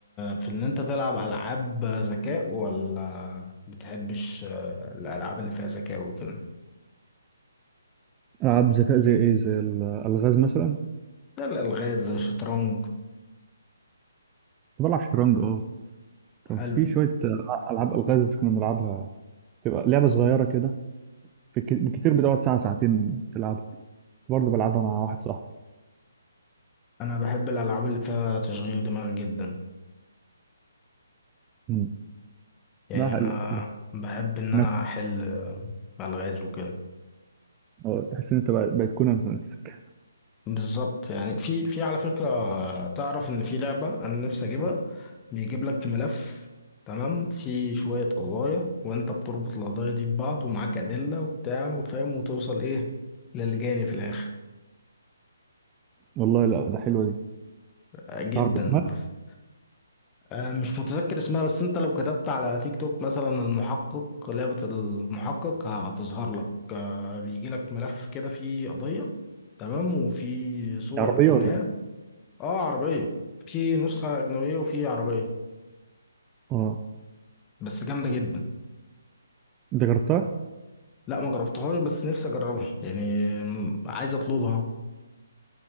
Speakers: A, on the left; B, on the right.
A: في إن أنت تلعب ألعاب ذكاء ولا بتحبش آه، الألعاب اللي فيها ذكاء وكده
B: ألعاب ذكاء زي إيه زي ال- الألغاز مثلا
A: ده الألغاز زي الشطرنج
B: كنت بلعب شطرنج أه كان
A: حلو
B: في شوية آه، ألعاب ألغاز كنا بنلعبها تبقى لعبة صغيرة كده في ك- كتير بتقعد ساعة ساعتين تلعبها كنت برضه بلعبها مع واحد صاحبي
A: أنا بحب الألعاب اللي فيها تشغيل دماغ جدا
B: مم.
A: يعني
B: لا حلو
A: انا
B: لا
A: بحب ان انا
B: نفس
A: احل الغاز وكده
B: آه، تحس إن أنت بقى- بقيت كونان في نفسك
A: بالظبط يعني في في على فكره تعرف ان في لعبه انا نفسي اجيبها بيجيب لك ملف تمام في شويه قضايا وانت بتربط القضايا دي ببعض ومعاك ادله وبتاع وفاهم وتوصل ايه للجاني في الاخر
B: والله لا ده حلوة دي
A: آه، جدا
B: تعرف اسمها؟
A: بس آه، مش متذكر اسمها بس انت لو كتبت على تيك توك مثلا المحقق لعبة المحقق هتظهر لك آه، بيجي لك ملف كده فيه قضية تمام وفي صور
B: عربية
A: الجناة
B: ولا إيه؟
A: اه عربية في نسخة أجنبية وفي عربية
B: أه
A: بس جامدة جدا
B: أنت جربتها؟
A: لا ما جربتهاش بس نفسي أجربها يعني م- عايز أطلبها